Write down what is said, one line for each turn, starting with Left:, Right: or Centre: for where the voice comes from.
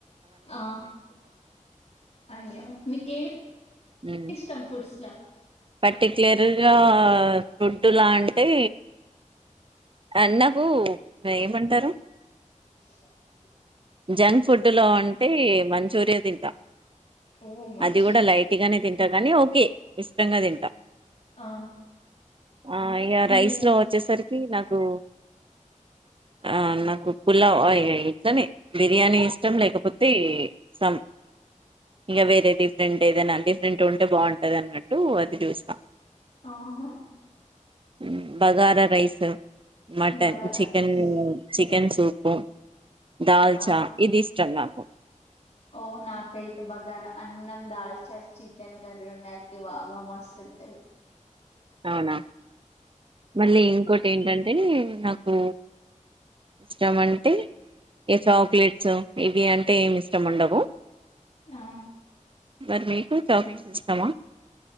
Left: ఆ అయ్యో మీకేమి
Right: ఉమ్
Left: ఇష్టం ఫుట్స్ లా
Right: పర్టిక్యులర్గా ఫుడ్లా అంటే ఆ నాకు ఏమంటారు
Left: అ
Right: జంక్ ఫుడ్ లో అంటే మంచూరియా తింటా
Left: ఓ మంచూరియా
Right: అది కూడా లైట్గానే తింటా కానీ ఓకే ఇష్టంగా తింటా
Left: ఆ
Right: ఆ ఇగ రైస్
Left: నేను
Right: లో వచ్చేసరికి నాకు కు ఆ నాకు పులావ్ ఆ ఇగ ఇట్లనే బిర్యానీ ఇష్టం లేకపోతే సం ఇగ వేరే డిఫరెంట్ ఏదైనా డిఫరెంట్ ఉంటే బాగుంటది అన్నట్టు అది చూస్తా
Left: ఆహ
Right: ఉ bagara rice mutton
Left: bagara
Right: chicken
Left: rice
Right: చిక్ చికెన్ సూపు దాల్చా
Left: ఆహా
Right: ఇది ఇష్టం నాకు
Left: ఓ నాకైతే బగార అన్నం దాల్చస్ చికెన్ కర్రీ ఉండాలి వా బా మస్తుంటది
Right: అవునా మళ్ళీ ఇంకోటి ఏంటంటే టే నాకు ఇష్టం అంటే ఇ చాక్లెట్స్ ఇవి అంటే ఏమి ఇష్టం ఉండవు
Left: ఆ
Right: మరి నికు చాక్లెట్స్ ఇష్టమా